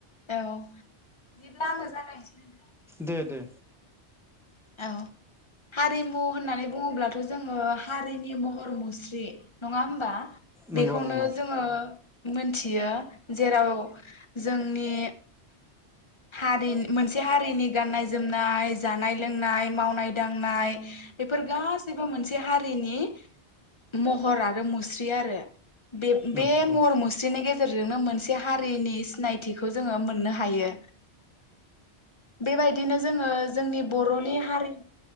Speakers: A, on the left; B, in the centre.
A: औ बिदिब्ला आंनो जागायसै नोंथां।
B: दे दे।
A: औ हारिमु होननानै बुङोब्लाथ' जोङो हारिनि महर मुस्रि नङा होमबा?
B: नंगौ
A: बेखौनो
B: नंगौ
A: जोङो मोनथियो जेराव जोंनि हारि मोनसे हारिनि गाननाय जोमनाय, जानाय लोंनाय, मावनाय दांनाय बेफोर गासैबो मोनसे हारिनि महर आरो मुस्रि आरो। बे-बे
B: नंगौ
A: महर मुस्रिनि गेजेरजोंनो मोन से हारिनि सिनायथिखौ‌ जोङो मोन्नो हायो। बेबायदिनो जोङो जोंनि बर'नि हारि